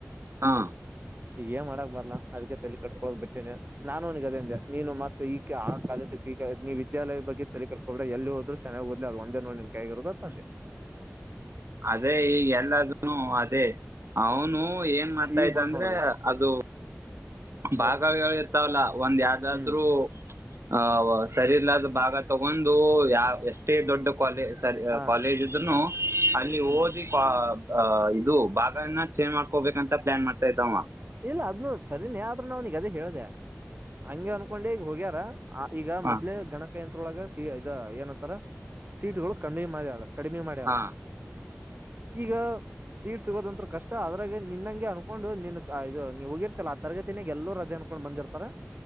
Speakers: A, on the right; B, on the right.
A: ಹಾ
B: ಈಗ ಮಾಡ ಬರ್ಲ್ಲಾ ಅದಕ್ಕೆ ತಲಿ ಕಟ್ಸ್ಕೋ್ ಬಿಟ್ಟೇನೆ ನಾನುನಿಗೆ ಅದೇಂದೆ ನೀನು ಮತ್ತ ಈ ಆ ಕಾಲ ಈಗ ನೀಿದ ವಿದ್ಯಾಲಯ ಬಗ್ಗೆ ತಲಿ ಕಟ್ಟಿಸಕಬ ಬಿ್ರೆ ಎಲ್ಲಿೋದರು ಚೆನ್ನಾಗಿ ದಲಿ ಅ ಒಂದ ನೋಡಿನ ಕೈಗಿರೋದು ತಂದೆ
A: ಅದೇ ಈಗ ಎಲ್ಲದನು ಅದೇ ಅವನು ಏನ್ ಮಾಡ್ತಾ
B: ಈಗ
A: ಇದ್ದ
B: ಬತ್
A: ಅಂದ್ರೆ
B: ನೋಡದ
A: ಅದು ಬಾಗಾವಗಳು
B: ಏನು
A: ಇರ್ತಾವಲ್ಲ ಒಂದ್ ಯ್ದಾದ್ರೂ
B: ಹ್ಮ್
A: ಆ ರ ಎಲ್ಲಾದು ಭಾಗ ತಗೊಂಡು ಯಾವ ಎಷ್ಟೇ ದೊಡ್ಡ ಕಾಲೇಜ ಸರಿ
B: ಹಾ
A: ಕಾಲೇಜ್ ಇದ ಇದನು ಅಲ್ಲಿ
B: ಹ್ಮ್
A: ಓದಿ ಅ ಇದು ಭಾಗನ ಚೇಂಜ್ ಮಾಡ್ಕೋಬೇಕಂತ ಪ್ಲಾನ್ ಮಾಡ್ತಾ ಇದ್ದವ
B: ಇಲ್ಲ ಅದ್ನು ಸರಿನೇ ಆದ್ರ ನಾವ್ನಗ ಅದೇ ಹೇಳ್ದ ಹಂ ಅನ್ಕೊಂಡೆ ಈಗ ಹೋಗ್ಯಾರ ಆ ಈಗ
A: ಹಾ
B: ಮದ್ಲೆೇ ಗಣಕ ಯಂತ್ರೊಳಗ ಸ ಇದ ಏನಂತಾರ ಸೀಟ್ಗಳು ಕಡಿಿ ಮಾರಿ ಆಳಕ್ ಕಡಿಮೆ ಮಾಡ್ಯಾರ
A: ಹಾ
B: ಈಗ ಸೀಟ್ ಸಿಗೋದಂಂತ ಕಷ್ಟ ಅದ್ರಾಗ ನಿನ್ಂಗೆ ಅನ್ಕೊಂಡು ನಿನ್ ಇದು ನೀವ್ ಹೋಗಿರ್ತತಿಲ್ಲ ಆ ತರಗತಿನಾಗ ಎಲ್ಲೂ ರಜೆ ಅನ್ಕೊಂಡ್ ಬಂದಿರ್ತಾರ